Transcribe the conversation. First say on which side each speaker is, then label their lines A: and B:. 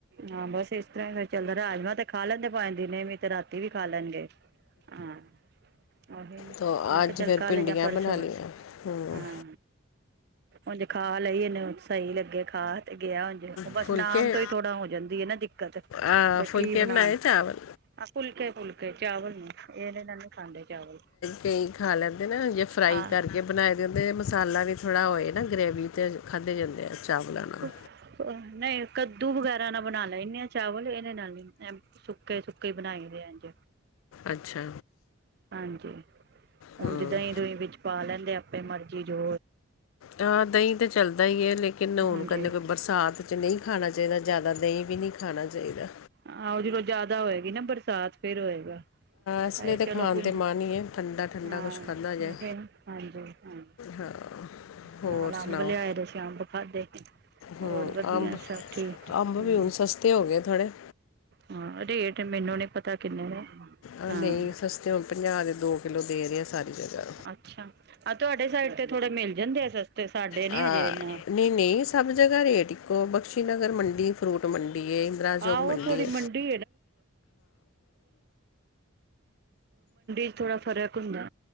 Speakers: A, on the right (about 50°); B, on the left (about 80°).
A: ਹਾਂ, ਬਸ ਇਸ ਤਰ੍ਹਾਂ ਹੀ ਤੇ ਚੱਲਦਾ ਰਾਜਮਾਂ ਤੇ ਖਾ ਲੈਂਦੇ, ਭਾਵੇਂ ਦਿਨੇ ਵੀ ਤੇ ਰਾ ਤੀ, ਵੀ ਖਾ ਲੈਣਗੇ, ਹਾਂ ਉਹੀ,
B: ਤੋ
A: ਮੈਂ
B: ਅੱਜ
A: ਕਿਹਾ ਚਲ
B: ਫਿਰ
A: ਕੱਲ
B: ਭਿੰਡੀਆਂ
A: ਜਾਂ ਪਰਸੋਂ,
B: ਬਣਾ ਲਈਆਂ ਹੂੰ
A: ਹਾਂ। ਉੰਝ ਖਾ ਲਈ, ਇਹਨੂੰ ਸਹੀ ਲੱਗੇ ਖਾ ਤੇ ਗਿਆ ਉੰਝ ਬਸ
B: ਫੁਲਕੇ
A: ਨਾਮ ਤੋਂ ਹੀ ਥੋੜਾ ਹੋ ਜਾਂਦੀ ਆ ਨਾ ਦਿੱਕਤ,
B: ਆ
A: ਬਈ
B: ਫੁਲਕੇ
A: ਕੀ ਬਣਾਉਣ
B: ਬਣਾਏ ਚਾਵਲ
A: ਹਾਂ, ਫੁਲਕੇ -ਫੁਲਕੇ, ਚਾਵਲ ਨਹੀਂ, ਇਹ ਨਹੀਂ ਨਾ ਖਾਂਦੇ ਚਾਵਲ,।
B: ਕਈ ਖਾ ਲੈਂਦੇ ਨ, ਜੇ ਫਰਾਈ
A: ਹਾਂ
B: ਕਰਕੇ ਬਣਾਏ ਕਹਿੰਦੇ ਮਸਾਲਾ ਵੀ ਥੋੜਾ ਹੋਏ ਨਾ, ਗ੍ਰੇਵੀ ਚ, ਖਾਧੇ ਜਾਂਦੇ ਆ ਚਾਵਲਾਂ ਨਾਲ।
A: ਨਹੀਂ, ਕੱਦੂ ਵਗੈਰਾ ਨਾਲ ਬਣਾ ਲੈਨੇ ਆ ਚਾਵਲ, ਇਹਦੇ ਨਾਲ ਨਹੀਂ ਸੁੱਕੇ- ਸੁੱਕੇ, ਬਣਾਈ ਦੇ ਐ ਇੰਝ
B: ਅੱਛਾ
A: ਹਾਂਜੀ ਹੁਣ
B: ਹੂੰ
A: ਜਿੱਦਾਂ ਹੀ ਦੂਈ ਵਿੱਚ ਪਾ ਲੈਂਦੇ ਆਪਣੇ ਮਰਜ਼ੀ ਜੋ
B: ਹਾਂ, ਦਹੀਂ ਤਾਂ ਚੱਲਦਾ ਹੀ ਏ ਲੇ, ਕਿ ਨੌਣ
A: ਹਾਂਜੀ
B: ਕੋਈ ਬਰਸਾਤ 'ਚ ਨਹੀਂ ਖਾਣਾ ਚਾਹੀਦਾ ਜ਼ਿਆਦਾ ਦਹੀਂ ਵੀ ਨਹੀਂ ਖਾਣਾ ਚਾਹੀਦਾ।
A: ਆਹੋ ਜਦੋਂ ਜਿਆਦਾ ਹੋਏਗੀ ਨਾ ਬਰਸਾਤ ਫੇਰ ਹੋਏਗਾ।
B: ਇਸ
A: ਹਾਏ
B: ਵੇਲੇ ਤਾਂ
A: ਚਲੋ
B: ਖਾਣ
A: ਹੁਣ
B: ਤੇ ਮਨ ਨਹੀਂ ਹੈ, ਠੰਡਾ-ਠੰਡਾ,
A: ਹਾਂ
B: ਕੁਛ ਖਾਧਾ ਜਾਏ।
A: ਹਾਂਜੀ ਹਾਂਜੀ
B: ਹਾਂ ਹੋਰ
A: ਨਾਲ
B: ਸੁਣਾਓ
A: ਅੰਬ ਲਿਆਏ ਦੇ ਸੀਂ ਅੰਬ ਖਾਧੇ
B: ਹੂੰ
A: ਹੋਰ ਵਧੀਆ
B: ਅੰਬ
A: ਸਭ ਠੀਕ
B: ਅੰਬ ਵੀ
A: ਹ
B: ਹੁਣ ਸਸਤੇ ਹੋ ਗਏ ਥੋੜ੍ਹੇ
A: ਹਾਂ ਰੇਟ ਮੈਨੂੰ ਨੀ ਪਤਾ ਕਿੰਨੇ ਨੇ
B: ਆਹ
A: ਹਾਂ
B: ਨਹੀਂ ਸਸਤੇ ਹੁਣ ਪੰਜਾਹ ਦੇ ਦੋ ਚਲੋ ਦੇ ਰਹੇ ਹ ਸਾਰੀ ਜਗ੍ਹਾ
A: ਅੱਛਾ ਆਹ ਤੁਹਾਡੇ ਸਾਈਡ ਤੇ ਥੋੜੇ ਮਿਲ ਜਾਂਦੇ ਆ ਸਸਤੇ ਸਾਡੇ ਨੀ
B: ਹਾਂ
A: ਹਜੇ ਇਨਾ
B: <unintelligible> ਨਹੀਂ ਨਹੀਂ, ਸਭ ਜਗ੍ਹਾ ਰੇਟ ਇੱਕੋ ਬਖਸ਼ੀ ਨਗਰ ਮੰਡੀ ਫਰੂਟ ਮੰਡੀ ਐ, ਇੰਦਰਾਯੋਗ
A: ਆਹੋ
B: ਮੰਡੀ ਐ।
A: <unintelligible> ਮੰਡੀ ਚ ਥੋੜਾ ਫ਼ਰਕ ਹੁੰਦਾ।